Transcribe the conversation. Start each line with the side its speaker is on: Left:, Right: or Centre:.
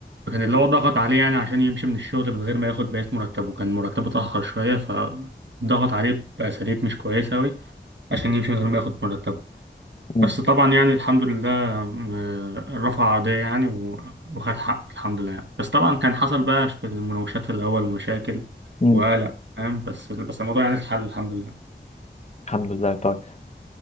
Right: فكان اللي هو ضغط عليه يعني عشان يمشي من الشغل من غير ما ياخد بقية مرتبه كان مرتبه اتأخر شوية فضغط عليه بأساليب مش كويسة أوي عشان يمشي من غير ما ياخد مرتبه
Left: مم.
Right: بس طبعا يعني الحمد لله آه، رفع قضية يعني و- وخد حقه الحمد لله يعني. بس طبعا كان حصل بقى في المناوشات في الأول مشاكل
Left: مم.
Right: وقلق فاهم بس بس الموضوع يعني اتحل الحمد لله
Left: الحمد لله طيب